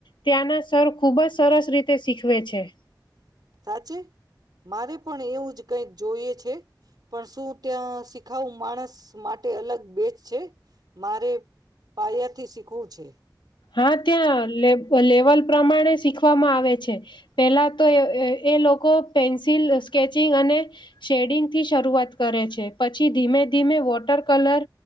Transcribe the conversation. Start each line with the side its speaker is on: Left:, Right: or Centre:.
Left: ત્યાંના સર ખુબ જ સરસ રીતે શીખવે છે.
Right: સાચે મારે પણ એવું જ કઈ જોઈએ છે. પણ શું ત્યાં શીખાવું માણસ માટે અલગ બેચ છે. મારે પાયા થી શીખવું છે.
Left: હા ત્યાં લે લેવલ પ્રમાણે શીખવામાં આવે છે પેલા તો એ લોકો પેન્સિલ સ્કેચિંગ અને શેડિંગ થી શરૂઆત કરે છે પછી ધીમે ધીમે વોટર કલર